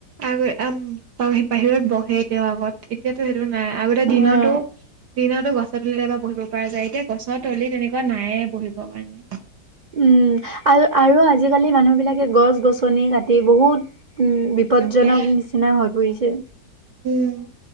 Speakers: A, on the right (about 70°); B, on the right (about 45°).
A: আমে আম বাহিৰত বহ সেইটোৰ আগত এতিয়াতো সেইটো নাই আগতে
B: অ'।
A: দিনতো দিনতো গছ তলিত এবাৰ বহিব পৰা যায় এতিয়া গছ তলি তেনেকুৱা নাইয়ে বহিবৰ কাৰণে
B: উম আৰু আৰু আজিকালি মানুহ বিলাকে গছ গছনি কাটি বহুত উম বিপদজনক
A: একদম সেয়াই
B: নিচিনা হৈ পৰিছে
A: উম